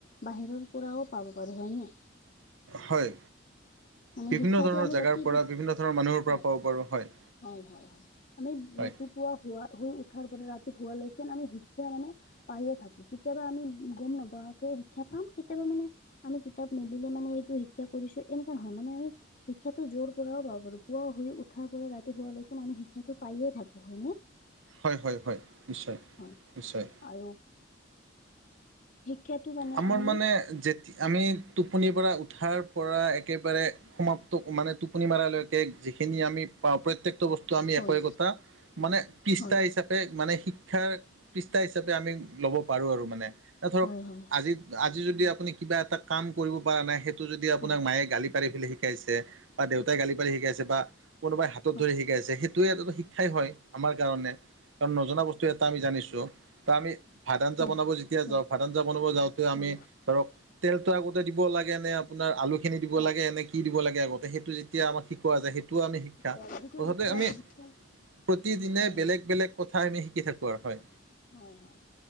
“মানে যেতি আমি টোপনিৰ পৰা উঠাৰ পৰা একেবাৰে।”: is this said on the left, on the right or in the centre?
Right